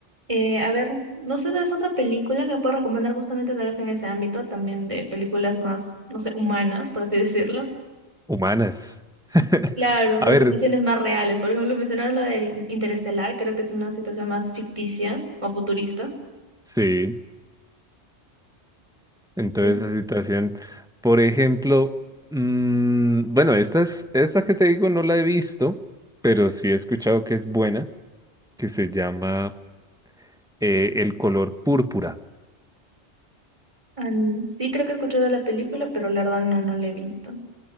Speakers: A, on the right; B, in the centre.
A: Eh, a ver, no sé, ¿es otra película que puedo recomendar justamente tal vez en ese ámbito también de películas más, no sé, humanas, por así decirlo?
B: Humanas. <laughs>
A: Claro,
B: A
A: son
B: ver,
A: situaciones más reales. Por ejemplo, mencionabas la de Interestelar, creo que es una situación más ficticia o futurista.
B: sí, entonces
A: Sí,
B: esa situación, por ejemplo, mm, bueno, esta es, esta que te digo no la he visto, pero sí he escuchado que es buena, que se llama... eh, el color púrpura.
A: An- sí, creo que he escuchado de la película, pero la verdad no, no la he visto.